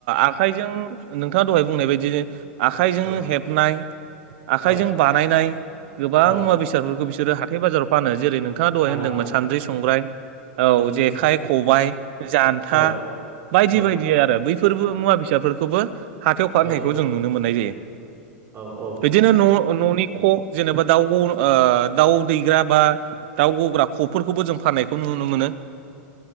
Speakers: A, on the right (about 60°); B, on the right (about 30°).
A: आखाइजों नोंथाङा द'हाय बुंनाय बायदि <unintelligible> आखाइजों
B: औ
A: हेबनाय आखाइजों
B: औ
A: बानायनाय गोबां
B: औ
A: मुवा बेसादफोरखौ बिसोरो हाथाय बाजाराव फानो जेरै नों नोंथाङा द'हाय
B: फानो
A: होनदोंमोन
B: फानो
A: सान्द्रि संग्राय औ
B: उम
A: जेखाइ
B: उम
A: खबाइ जान्था
B: औ
A: बायदि
B: औ
A: बायदि आरो बैफोरबो मुवा बेसादफोरखौबो हाथायाव फाननायखौ
B: औ औ
A: जों नुनो मोननाय जायो
B: औ औ
A: बिदिनो न' न'नि ख' जेनेबा दाउ ओ दाउ दैग्रा बा दाउ गग्रा ख'फोरखौबो जों फाननायखौ नुनो मोनो